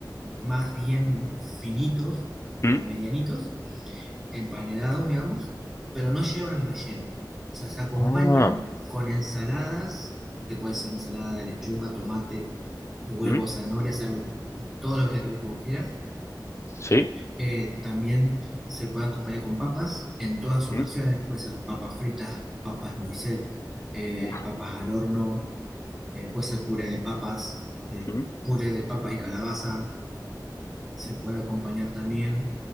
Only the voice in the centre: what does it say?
más bien finitos
o medianitos. empanedados, digamos, pero no llevan relleno. O sea, se acompañan
con ensaladas, que puede ser ensalada de lechuga, tomate, huevo,
zanahoria, sal, lo- todos los vegetales que vos quieras.
Eh, también se pueden acompañar con papas en todas sus
versiones. Puede ser papas fritas, papas noisette, eh,
papas al horno, eh, puede ser puré de papas, eh,
puré de papas y calabaza. Se puede acompañar también